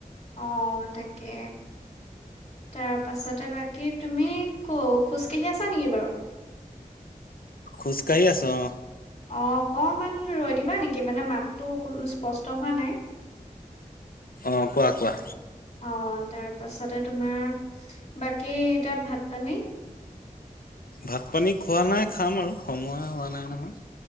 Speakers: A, on the left (about 45°); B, on the left (about 80°).
A: অ তাকে তাৰ পাছতে বাকী তুমি কো খোজকাঢ়ি আছা নেকি বাৰু?
B: খোজকাঢ়ি আছো অ।
A: অকমান ৰৈ দিবা নিকি? মানে মাতটো অকন স্পষ্ট হোৱা নাই।
B: অঁ কোৱা-কোৱা।
A: অ তাৰ পাছতে তোমাৰ বাকী এতিয়া ভাত-পানী?
B: ভাত-পানী খোৱা নাই খাম আৰু সময় হোৱা নাই নহয়।